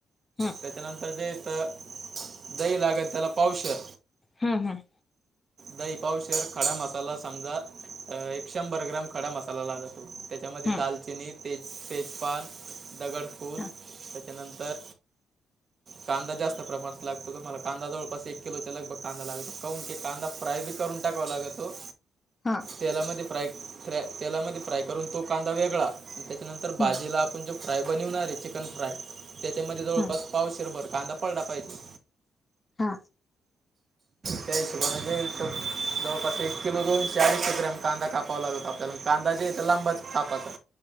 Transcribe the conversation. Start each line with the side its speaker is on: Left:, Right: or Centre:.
Left: हम्म
Right: त्याच्यानंतर जे येत दही लागत त्याला पावशर.
Left: हं हं.
Right: दइ पावशेअर खडा मसाला समजा अ एक शंभर ग्राम खडा मसाला लागतो त्याच्यामध्ये
Left: हम्म
Right: दालचिनी तेज तेजपान दगडफूल
Left: हा
Right: त्याच्यानंतर कांदा जास्त प्रमाणात लागतो. तुम्हाला कांदा जवळपास एक किलोचा लगबग कांदा लागतो. काहून ते कांदा फ्राय बी करून टाकावं लाग तो.
Left: हां.
Right: तेलामध्ये फ्राय फ्रा तेलामध्ये फ्राय करून तो कांदा वेगळा, त्याच्यानंतर भाजीला
Left: ह
Right: आपण जो फ्राय बनीवणार आहे चिकन फ्राय त्याच्यामध्ये जवळपास
Left: ह
Right: पावशरभर कांदा पडला पाहिजे.
Left: हा.
Right: त्या हिशोबाने घ्यायचं तर जवळपास एक किलो दोनशे अडीचशे ग्रॅम कांदा कापावा लागतो, आपल्याला कांदा जे आहे ते लांबच कापाचा